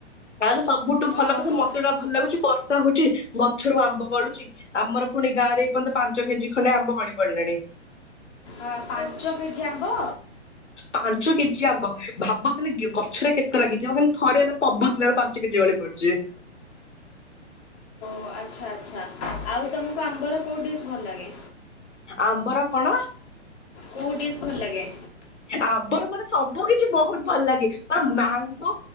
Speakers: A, on the left; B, on the left.
A: ଗାଁ ରେ ସବୁଠୁ ଭଲ
B: ଓହୋ
A: କଥା ମତେଟା ଭଲ ଲାଗୁଛି ବର୍ଷା ହଉଛି ଗଛରୁ ଆମ୍ବ ଗଳୁଛି। ଆମର ପୁଣି ଗାଁରେ ଏଇପର୍ଯ୍ୟନ୍ତ ପାଞ୍ଚ କେ ଜି ଖଣ୍ଡେ ଆମ୍ବ ଗଳି ପଡିଲେଣି।
B: ହ ପାଞ୍ଚ କେଜି ଆମ୍ବ?
A: ପାଞ୍ଚ କେ ଜି ଆମ୍ବ, ଭାବ ତାହଲେ ଗଛରେ କେତେ ଲାଗିଥିବ ଖାଲି ଥରେ ହେଲେ ପବନ ଦେଲା ପା ଜି ଗଳି ପଡିଛି।
B: ଓ ଆଚ୍ଛା ଆଚ୍ଛା, ଆଉ ତୁମକୁ ଆମ୍ବର କୋଉ ଡିସ୍ ଭଲ ଲାଗେ?
A: ଆମ୍ବର କଣ
B: କୋଉ ଡିଶ ଭଲ ଲାଗେ?
A: ଆମ୍ବର ମୋର ସବୁ କିଛି ବହୁତ ଭଲ ଲାଗେ, ଆଉ ମାଙ୍ଗୋ